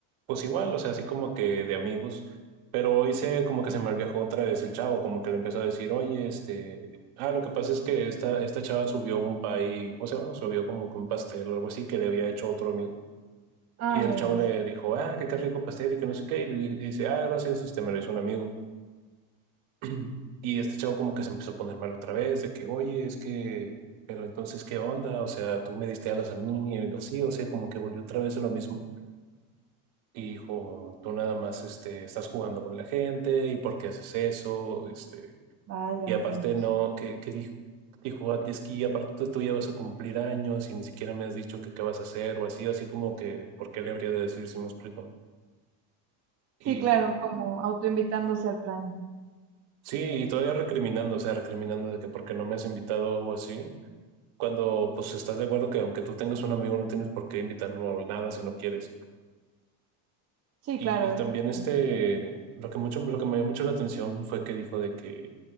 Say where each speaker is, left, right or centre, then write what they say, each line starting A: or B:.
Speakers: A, on the right; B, on the right.
A: pues igual, o sea, así como que de amigos, pero hoy se como que se malviajó otra vez el chavo, como que le empezó a decir, oye, este, ah, lo que pasa es que esta, esta chava subió un pay, ¿cómo se llama? Subió como que un pastel o algo así que le había hecho otro amigo.
B: Ah,
A: Y el
B: ya,
A: chavo
B: ya,
A: le
B: sí,
A: dijo, ah, que qué rico pastel y que no sé qué, y, le di- dice, ah, gracias, este, me lo hizo un amigo. <clears throat> Y este chavo como que se empezó a poner mal otra vez, de que, oye, es que, pero entonces, ¿qué onda? O sea, tú me diste alas a mí, o sí, o sea, como que volvió otra vez a lo mismo. Y dijo, tú nada más, este, estás jugando con la gente, ¿y por qué haces eso? Este,
B: válgame
A: y aparte
B: Dios.
A: no, que, que dijo, dijo, "Ah, es que aparte tú, tú ya vas a cumplir años y ni siquiera me has dicho que qué vas a hacer, o así, así como que, ¿por qué le habría de decir si me explico? Y
B: Sí, claro, como autoinvitándose al plan.
A: sí, y todavía recriminando, o sea, recriminando de que por qué no me has invitado o así. cuando pues estás de acuerdo que aunque tú tengas un amigo no tienes por qué invitarlo a nada si no quieres.
B: Sí,
A: Y,
B: claro,
A: y
B: definitivamente.
A: también este, lo que mucho, lo que me llamó mucho la atención fue que dijo de que,